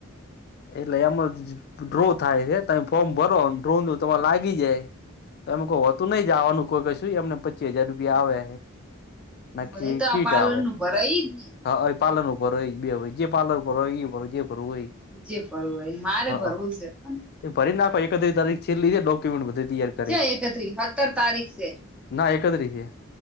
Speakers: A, on the left; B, in the centre.
A: એટલે એમાં ડ્રો થાય છે તમે ફોર્મ ભરો ડ્રો ન તમારે લાગી જાય. તો એમ કોઈ હોતું નહી જવાનું કોઈ કશું એમને પચી હજાર રૂપિયા આવે. નાખી
B: ભાઈ તો
A: કીટ
B: આ પાલન
A: આવે.
B: નું ભરાય એજ ને.
A: હા પાલન ઉપર હોય બે હો. જે પાર્લર પર હોય એ ભર જે ભરવું હોય
B: જે ભરવું હોય મારે ભરવું
A: હ.
B: છે પણ
A: એ ફરી નાખ એકત્રી તારીખલ્ છેલ્લી હૈ ડોક્યુમેન્ટ બધ તૈયાર. કરી
B: ચ્યા એકત્રીસ સત્તર તારીખ છે.
A: ના એકત્રી હે.